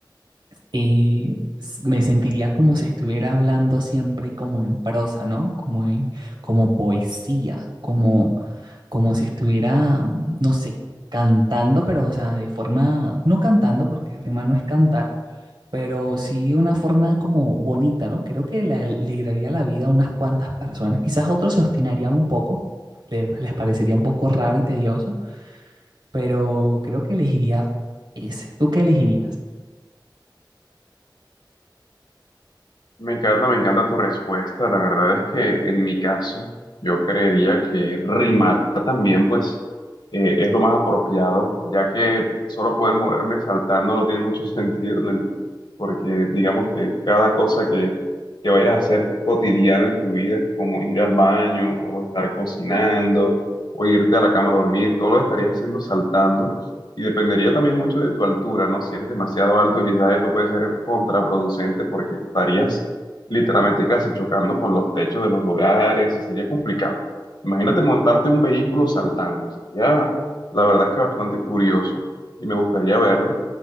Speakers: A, on the right (about 65°); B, on the left (about 65°).
A: eh, s- me sentiría como si estuviera hablando siempre como en prosa, ¿no? Como, en- como poesía, como, como si estuviera, mm, no sé, cantando, pero o sea, de forma, no cantando, porque rima no es cantar, pero sí una forma como bonita, ¿no? Creo que le alegraría la vida a unas cuantas personas. Quizás otros se obstinarían un poco, le- les parecería un poco raro y tedioso, pero creo que elegiría ese. ¿Tú qué elegirías?
B: Me encanta, me encanta tu respuesta. La verdad es que en mi caso, yo creería que rimar también, pues, eh, es lo más apropiado, ya que solo poder moverme saltando no tiene mucho <laughs> sentido, en el- porque digamos que cada cosa que, que vayas a hacer cotidiana en tu vida, como ir al baño o estar cocinando o irte a la cama a dormir, todo lo estarías haciendo saltando. Y dependería también mucho de tu altura, ¿no? Si eres demasiado alto, quizás esto puede ser contraproducente porque estarías literalmente casi chocando con los techos de los lugares, y sería complicado. Imagínate montarte un vehículo saltando, sería la verdad que bastante curioso y me gustaría verlo.